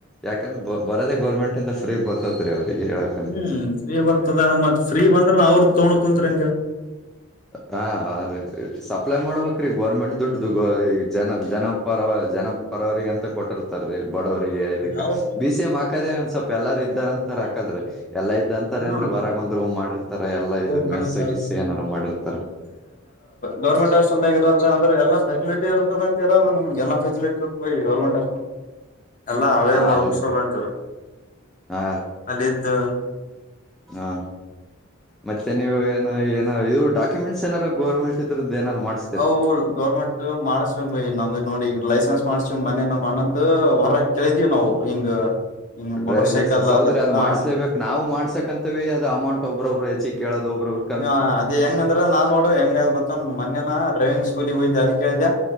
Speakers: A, in the centre; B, on the left (about 35°).
A: ಯಾಕಂದ್ರ ಬರದೇ ಗೌರ್ಮೆಟ್ ಇಂದ ಫೀ ಬರ್ತೈತ್ರಿ ಅವ್ರರಿಗೆ <unintelligible>
B: ಹ್ಮ್ ಫ್ರೀ ಬರ್ತದ ಮತ್ ಫ್ರೀ ಬಂದ್ರನೂ ಅವ್ರ ತೋ <unintelligible> ಕುಂತ್ರಿ ಹೆಂಗ
A: ಹ ರೀ ಸಪ್ಲೈ ಮಾಡ್ಬೇಕ್ರೀ ಗೋರ್ಮೆಂಟ್ ದುಡ್ಡದು <unintelligible> ಜನ ಜನ ಪರವ ಜನ ಪರವರಿಗೆ ಅಂತ ಕೊಟ್ಟಿರ್ತಾರ ಬಡವರಿಗೆ ಇದಕ್ಕೆ
B: ಅವ್ರ
A: ಬಿಸಿಎಂ ಹಾಕ್ ದೇ ಒಂದ ಸ್ವಲ್ಪ ಎಲ್ಲಾರ ಇದ್ದಾರ ಅಂತಾರ ಹಾಕಲ್ರರಿ ಎಲ್ಲ ಇದ್ದಂತ ಇರ್ತಾರ
B: ಹಾ
A: ಏನ್ರೀ ಹೊರಗ ಒಂದು ಮಾಡಿರ್ತಾರ ಎಲ್ಲಾ
B: ಲೋನ್
A: ಇದ್
B: ಮಾಡಿರ್ತಾರ
A: ಮೆಸ್ಸಗಿಸ್ ಏನಾರು ಮಾಡಿರ್ತಾರ.
B: ಗೌರ್ಮಂಟ್ ಹಾಸ್ಟೆಲ್ ಇರ ಅಂದ್ರ ಎಲ್ಲ ಫಸಿಲಿಟ ಇರ್ತದಂತ ಇರೋದು ನಮಗೆ ಎಲ್ಲ ಫೆಸಿಲಿಟಿ ಇ ಗೌರ್ಮಂಟ್. ಬಾಯ್ ಅವೇ
A: ಹಾ
B: ಮುಳಗ್ಸೋಬೇಕು
A: ಹೌದು ರೀ ಹಾ
B: ಅಲ್ಲಿದ್ದು.
A: ಹಾ. ಮತ್ತೆ ನೀವು ಏನ ಏನ ಇವು ಡಾಕ್ಯುಮೆಂಸ್ ಏನಾರ ಗೋರ್ಮೆಂಟ್ ಇದ್ರದ್ದ ಏನಾರ್ ಮಾಡ್.
B: ಅವು ಗೌರ್ಮೆಂಟ್ ಮಾಡಸ. ನಮ್ದ ನೋಡಿ ಲೈಸೆನ್ಸ್ ಮಾಡ್ಸ್ ಮನೆ ನಮ್ ಅಣ್ಣಂದ್ ಹೊರ ಕೆಳಿದೀವಿ ನಾವು ಹಿಂಗ. ಹಿಂಗ ಮೋಟರ್
A: ಡ್ರೈವಿಂಗ್
B: ಸೈಕಲ್
A: ಲೈಸೆನ್ಸ್ ಹೌದ್ರೀ
B: ಅದ
A: ಅದು
B: ಹ
A: ಮಾಡ್ಲೇಬೇಕು ನಾವು ಮಾಡ್ಸಕ್ ಅಂತವಿ ಅಮೌಂಟ್ ಒಬ್ಬ್ರಬ್ರು ಹೆಚ್ಚಿ ಕೇಳೋದು ಒಬೊಬ್ರು.
B: ಹಾ ಅದೇ ಹೆಂಗಂದ್ರ ನಾನ್ ನೋಡು ಹೆಂಗ್ ಗೊತ್ತ ಮನ್ನ ಡ್ರೈವಿಂಗ್ ಸ್ಕೂಲಿಗೆ ಹೋಗ್ ಅಲ್ಲೇ ಕೇಳ್ದ.